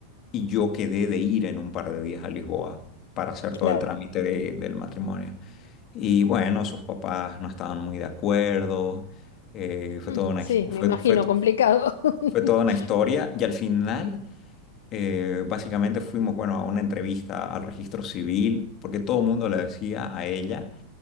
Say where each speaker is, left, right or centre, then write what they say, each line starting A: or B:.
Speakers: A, on the left; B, on the left.
A: y yo quedé de ir en un par de días a Lisboa para hacer
B: claro.
A: todo el trámite de- del matrimonio. Y bueno, sus papás no estaban muy de acuerdo, eh, fue
B: Mm,
A: toda una,
B: Sí,
A: his- fue,
B: me imagino
A: fue,
B: complicado. <laughs>
A: fue toda una historia y al final... Eh, básicamente fuimos, bueno, a una entrevista al registro civil, porque todo el mundo le decía a ella